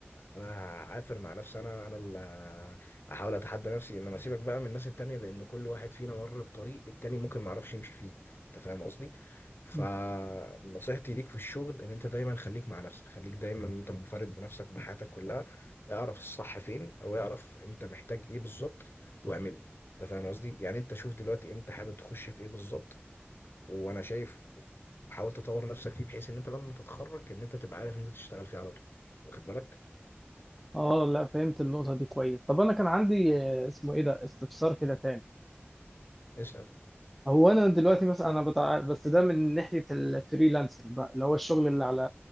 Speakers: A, on the left (about 55°); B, in the centre.
A: انا هعافر مع نفسي انا انا اللي هحاول اتحدى نفسي انما سيبك بقى من الناس التانية لان كل واحد فينا مر بطريق التاني ممكن معرفش يمشي فيه انت فاهم قصدي فنصيحتي
B: مم.
A: ليك في الشغل ان انت دايما خليك مع نفسك خليك دايما انت منفرد بنفسك بحياتك كلها اعرف الصح فين او اعرف انت محتاج ايه بالظبط واعمله انت فاهم قصدي يعني انت شوف دلوقتي انت حابب تخش في ايه بالظبط وانا شايف حاول تطور نفسك فيه بحيث ان انت لما تتخرج ان انت تبقى عارف ان انت تشتغل فيه على طول واخد بالك
B: اه لا فهمت النقطه دي كويس طب انا كان عندي آه، اسمه ايه ده استفسار كده تاني
A: اسال
B: هو انا دلوقتي مثلا انا بتاع بس ده من ناحيه الفريلانسنج بقى اللي هو الشغل اللي على